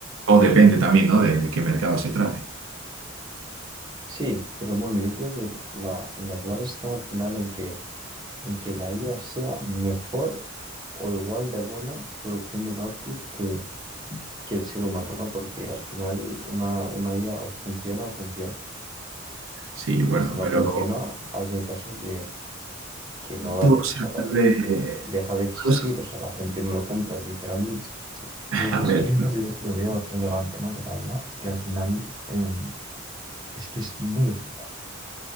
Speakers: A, on the right (about 75°); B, on the right (about 20°).
A: O depende también, ¿no? De, de qué mercado se trate.
B: sí, pero bueno, yo creo que la, la clave está al final en que, en que la idea sea mejor o igual de buena produciendo un output que, que el ser humano, ¿no? Porque al final una, una IA o funciona o funciona.
A: Sí, bueno,
B: Que si no
A: pero
B: funciona, hazme caso que, que no va
A: todo
B: a tener,
A: se
B: o sea,
A: vuelve...
B: que, que deja de existir,
A: todo se-
B: o sea, la gente no lo compra, literalmente.
A: <laughs>
B: Entonces,
A: A ver,
B: sí, es lo veo otro elegante, ¿no? De la IA, que al final em, es que es muy eficaz.